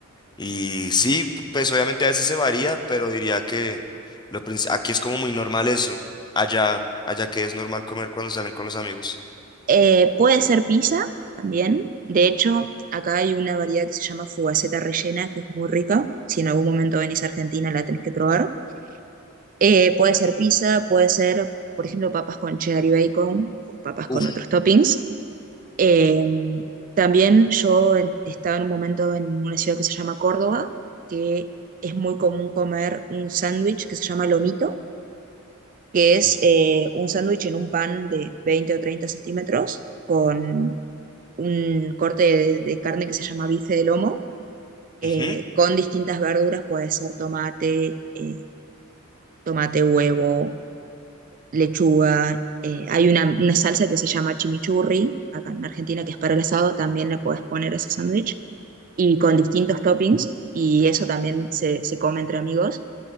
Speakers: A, on the left; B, on the right.
A: Y sí, p- pues obviamente a veces se varía, pero diría que lo, princi- aquí es como muy normal eso. Allá, allá que es normal comer cuando salen con los amigos.
B: Eh, puede ser pizza también. De hecho, acá hay una variedad que se llama fugaceta rellena, que es muy rica. Si en algún momento venís a Argentina, la tenés que probar. Eh, puede ser pizza, puede ser, por ejemplo, papas con cheddar y bacon, o papas con
A: Uf.
B: otros toppings. Eh, también yo en- estaba en un momento en una ciudad que se llama Córdoba, que es muy común comer un sándwich que se llama lomito, que es
A: Mm,
B: eh, un sándwich en un pan de 20 o 30 centímetros con un corte de, de carne que se llama bife de lomo, eh,
A: ujú,
B: con distintas verduras, puede ser tomate, eh, tomate, huevo, lechuga. eh, hay una, una salsa que se llama chimichurri, acá en Argentina, que es para el asado, también le puedes poner ese sándwich, y con distintos toppings, y eso también se, se come entre amigos,